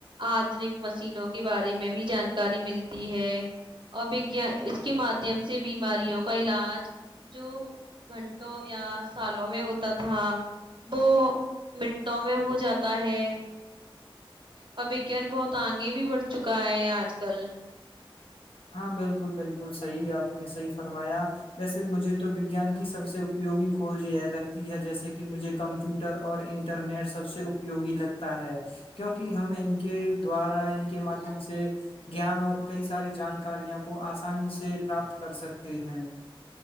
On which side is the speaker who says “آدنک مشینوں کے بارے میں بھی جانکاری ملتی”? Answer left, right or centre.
Right